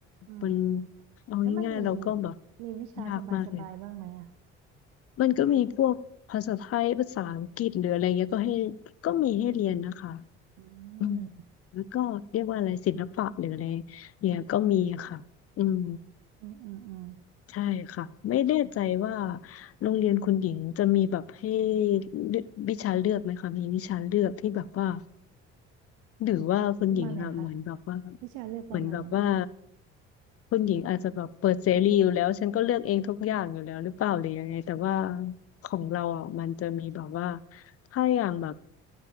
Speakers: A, on the right (about 80°); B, on the left (about 50°).
A: อืม
B: มันเอาง่ายๆเราก็แบบ
A: แล้วมันมีมีวิชาสบายๆบ้างไหมอะ
B: ยากมากเลยมันก็มีพวกภาษาไทยภาษาอังกฤษหรืออะไรเงี้ยก็ให้ก็มีให้เรียนนะคะ
A: อื
B: อืม
A: ม
B: แล้วก็เรียกว่าอะไรศิลปะหรืออะไรเนี่ยก็มีค่ะอืม
A: อืมอืมอืม
B: ใช่ค่ะไม่แน่ใจว่าโรงเรียนคุณหญิงจะมีแบบให้เลือกวิชาเลือกไหมคะมีวิชาเลือกที่แบบว่า หรือว่าคุณหญิงอ่ะเหมือนแบบว่า
A: ประมาณไหนคะวิชาเลือกประมาณไหน
B: เหมือนแบบว่าคุณหญิงอาจจะแบบเปิดเสรีอยู่แล้วฉันก็เลือกเองทุกอย่างอยู่แล้วหรือเปล่าหรือยังไงแต่ว่าของเราอ่ะมันจะมีแบบว่าถ้าอย่างแบบ